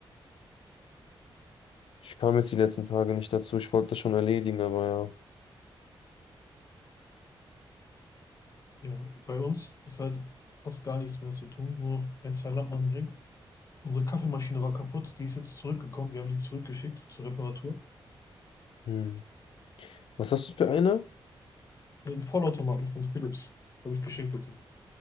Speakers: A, on the left; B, on the left.
A: Ich kam jetzt die letzten Tage nicht dazu. Ich wollte das schon erledigen, aber
B: Ja, bei uns ist halt fast gar nichts mehr zu tun, nur noch ein, zwei Lampen anbringen. Unsere Kaffeemaschine war kaputt, die ist jetzt zurückgekommen. Wir haben die zurückgeschickt zur Reparatur.
A: ja. Hm. Was hast du für eine?
B: Ein Vollautomaten von Philips habe ich geschenkt bekommen.